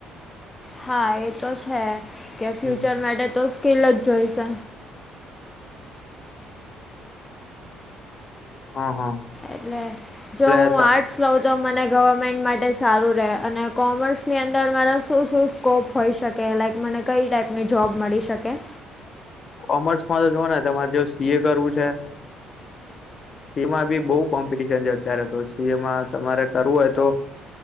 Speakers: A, on the left (about 15°); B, on the left (about 40°).
A: હા એ તો છે કે ફ્યુચર
B: હમ
A: માટે તો સ્કીલ જ જોઈશે.
B: હા હા.
A: એટલે જો હું
B: એટલે
A: આ ર્ટસ લઉ તો મને ગવર્મેન્ટ માટે સારું રહે અને કોમર્સની અંદર મારા શું શું સ્કોપ હોઈ શકે લાઈક મને કઈ ટાઈપની જોબ મળી શકે
B: કોમર્સમાં તો જોવા ને તમારે જો સી એ કરવું છે હ એમાં બી બઉ કોમ્પિટશન છે અત્યારે તો સી એમાં તમારે કરવું હોય તો